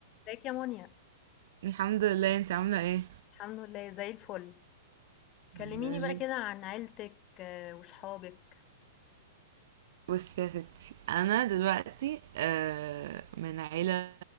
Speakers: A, on the left; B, on the right.
A: ازيك يا منى
B: الحمد لله انت عاملة ايه؟
A: الحمد لله زي الفل كلميني
B: الحمد لله
A: بقى كده عن عيلتك آه، وصحابك
B: بصي يا ستي انا دلوقتي آه، من عيلة